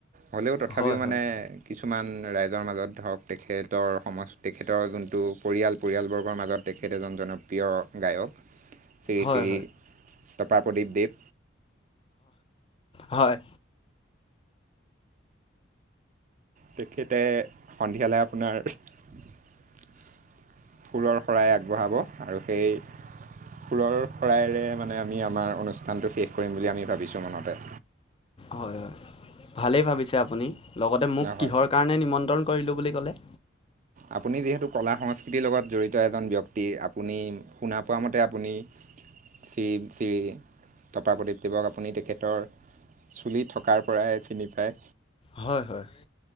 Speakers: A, on the right; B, on the left.
A: হ'লেও তথাপিও
B: হয় হয় হয়
A: মানে কিছুমান ৰাইজৰ মাজত ধৰক তেখেতৰ সম তেখেতৰ যোনটো পৰিয়াল পৰিয়ালবৰ্গৰ মাজত তেখেতে এজন জনপ্ৰিয় গায়ক শ্ৰী
B: হয়
A: শ্ৰী তপা প্ৰদীপ দেৱ।
B: হয়
A: তেখেতে সন্ধিয়ালৈ আপোনাৰ। সুৰৰ শৰাই আগবঢ়াব আৰু সেই সুৰৰ শৰাইৰে মানে আমি আমাৰ অনুষ্ঠানটো শেষ কৰিম বুলি আমি ভাবিছোঁ মনতে।
B: হয় হয় ভালেই ভাবিছে আপুনি লগতে মোক
A: হয়
B: কিহৰ কাৰণে নিমন্ত্ৰণ কৰিলো বুলি ক'লে
A: আপুনি যিহেতু কলা সংস্কৃতিৰ লগত জড়িত এজন ব্যক্তি আপুনি শুনা পোৱা মতে আপুনি শ্ৰী শ্ৰী তপা প্ৰদীপ দেৱক আপুনি তেখেতৰ চুলি থকাৰ পৰাই চিনি পায়।
B: হয় হয়